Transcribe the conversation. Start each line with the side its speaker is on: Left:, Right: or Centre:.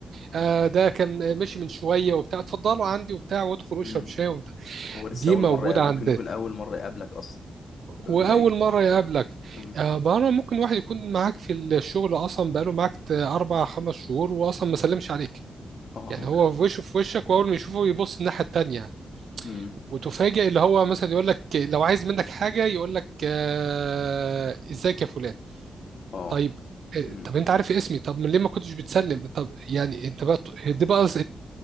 Right: آه، ده كان ماشي من شوية وبتاع اتفضلوا عندي وبتاع وادخل
Left: مم.
Right: اشرب شاي وبتاع
Left: هو لسه
Right: دي
Left: أول
Right: موجودة
Left: مرة ممكن
Right: عندنا
Left: يكون أول مرة يقابلك أصلا يلاقيك
Right: واول مره يقابلك
Left: مم.
Right: آه، مره ممكن واحد يكون معاك في الشغل اصلا بقاله معاك ت- اربع خمس شهور واصلا ما سلمش عليك
Left: اه
Right: يعني
Left: <laughs>
Right: هو في وشه في وشك واول ما يشوفه يبص الناحيه التانيه
Left: امم
Right: وتفاجئ اللي هو مثلا يقول لك لو عايز منك حاجه يقول لك آه، ازيك يا فلان
Left: اه
Right: طيب آه،
Left: امم
Right: طب انت عارف اسمي طب ليه ما كنتش بتسلم طب يعني انت بقى دي بقى